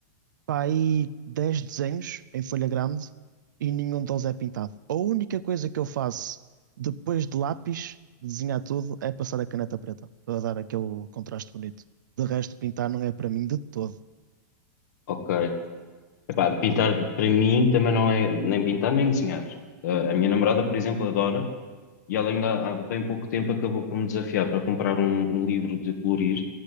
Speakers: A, on the right (about 80°); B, on the left (about 65°).
A: para aí 10 desenhos em folha grande e nenhum deles é pintado. A única coisa que eu faço depois de lápis, de desenhar tudo, é passar a caneta preta, para dar aquele contraste bonito. De resto, pintar não é para mim de todo.
B: Ok. Epá, pintar para mim também não é nem pintar nem desenhar. Uh, a minha namorada, por exemplo, adora e ela ainda há bem pouco tempo acabou por me desafiar para comprar um, um livro de colorir